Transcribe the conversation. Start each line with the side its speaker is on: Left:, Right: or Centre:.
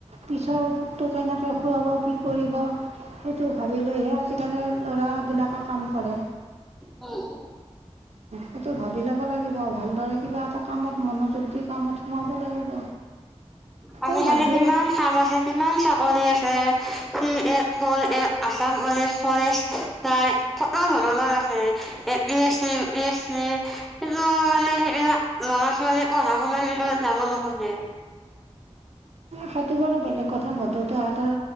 Right: পিছৰটটো কেনেকৈ খুৱাব কি কৰিব? সেইটো ভাবি লৈহে আজিকালি ল'ৰাবিলাকে কাম কৰে।
Centre: উম।
Right: সেইটো ভাবি ল'ব লাগিব ভালদৰে কিবা এটা কামত মনোযোগদি কামত সোমাব লাগিব।
Centre: আজি
Right: এই বাদ
Centre: কালি
Right: দিয়া
Centre: কিমান কাম আছে কিমান চাকৰি আছে এক হ'ল এক আচাম পুলিচৰ ফৰেষ্ট ত কিমান সুবিধা আছে এ পি চ চি, উ প চ চি কিন্তু মানে হেৰী লৰা সেইটোত সফালে পঢ়া শুনাৰ বিষয়ে যাব নোখোজে।
Right: সেইটোৰ বাৰু বেলেগ কথা পাতো, তাহঁতৰ